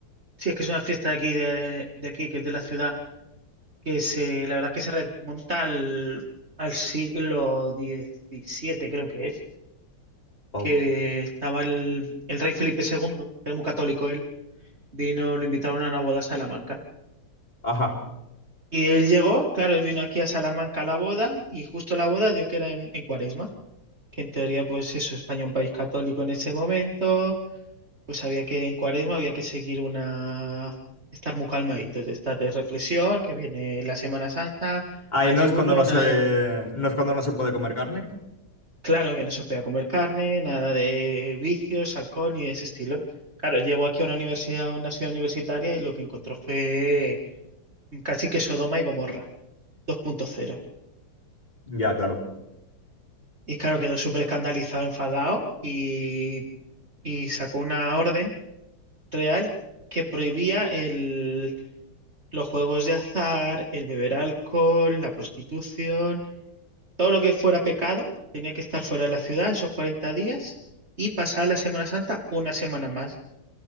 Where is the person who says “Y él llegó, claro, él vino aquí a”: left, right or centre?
Right